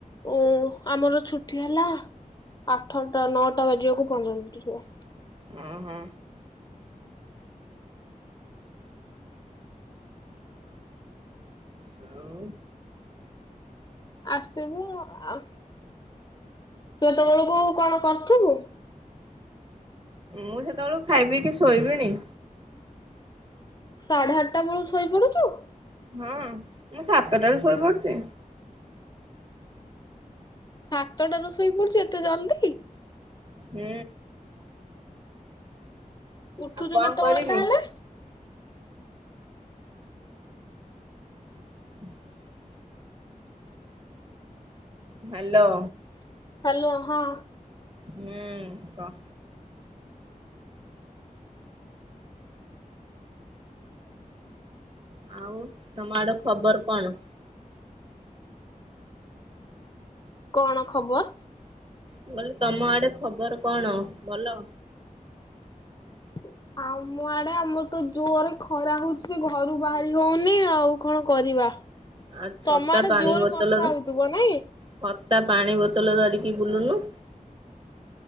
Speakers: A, on the left (about 30°); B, on the right (about 35°).
A: ଓ ଆମର ଛୁଟି ହେଲା। ଆଠଟା ନଅଟା ବାଜିବାକୁ ପନ୍ଦର ମିନିଟ୍ ଥିବ।
B: ହୁଁ ହୁଁ। ହାଲୋ।
A: ଆସିବୁ। ଆଉ? କେତବେଳକୁ କଣ କରୁଥିବୁ?
B: ମୁଁ ସେତେବେଳ ଖାଇପିଇ କି ଶୋଇବିଣି।
A: ସାଢ଼େ ଆଠଟା ବେଳୁ ଶୋଇପଡୁଚୁ?
B: ହଁ ମୁଁ ସାତଟାରୁ ଶୋଇ ପଡୁ଼ଚି।
A: ସାତଟା ରୁ ଶୋଇ ପଡୁ଼ଚୁ ଏତେ ଜଲ୍ଦି?
B: ହୁଁ।
A: ଉଠୁଛୁ
B: ଆଉ କଣ
A: କେତେବେଳେ
B: କରିବି
A: ତାହେଲେ।
B: <inaudible> ହ୍ୟାଲୋ।
A: ହ୍ୟାଲୋ ହଁ।
B: ହୁଁ କଅ। ଆଉ ତମର ଆଡ଼େ ଖବର କଣ?
A: କଣ ଖବର।
B: କହିଲି ତମ ଆଡ଼େ ଖବର କଣ ଭଲ।
A: <inaudible> ଆମ ଆଡ଼େ ଆମର ତ ଜୋରେ ଖରା ହଉଛି ସେ ଘରୁ ବାହାରି ହଉନି ଆଉ କଣ କରିବା।
B: ଆଉ ଛତା
A: ତମ ଆଡ଼େ
B: ପାଣି
A: ଜୋରେ
B: ବୋତଲ
A: ବର୍ଷା ହେଇଥିବ ନାଇଁ।
B: ଛତା ପାଣି ବୋତଲ ଧରିକି ବୁଲୁନୁ।